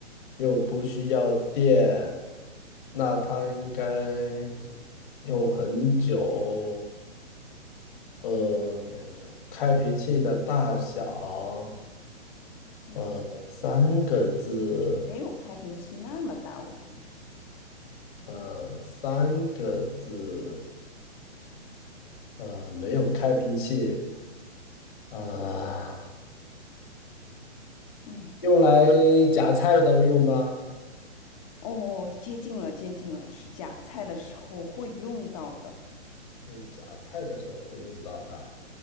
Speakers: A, on the left; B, on the left.
A: 又不需要电，那它应该是用很久。呃，开瓶器的大小，
B: 嗯
A: 呃，三个字，
B: 没有开瓶器那么大，我感觉。
A: 呃，三个字，呃，没有开瓶器，啊、
B: 嗯
A: 用来夹菜的用吗？
B: 哦，接近了，接近了，是夹菜的时候会用到的。
A: 用夹菜的时候会用到的，